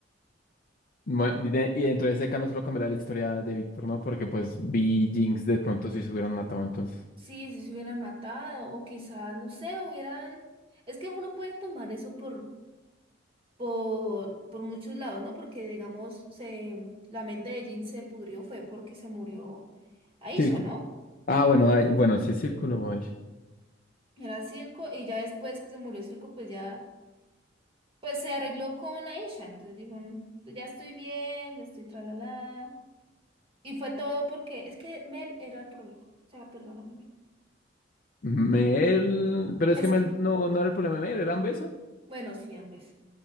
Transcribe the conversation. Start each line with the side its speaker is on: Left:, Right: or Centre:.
Left: Bueno, y, de- y dentro de ese caso no solo cambiará la historia de Víctor, ¿no? Porque pues Vi y Jinx de pronto si se hubieran matado entonces.
Right: Sí, si se hubieran matado o quizás, no sé, hubieran... Es que uno puede tomar eso por, por, por muchos lados, ¿no? Porque, digamos, se, la mente de Jin se pudrió fue porque se murió Aisha,
Left: Tilco.
Right: ¿no?
Left: Ah, bueno, ay, bueno, sí, Círculo, guay.
Right: Era Silco y ya después que se murió Silco, pues ya, pues se arregló con Aisha. Entonces dijo, "Mm, pues ya estoy bien, ya estoy tralala. Y fue todo porque es que Mel era el problema. O sea, perdóname, Mel.
Left: Mel, pero es
Right: Es
Left: que Mel
Right: que,
Left: no, no era el problema de Mel, era Ambesa.
Right: bueno, sí, ambas.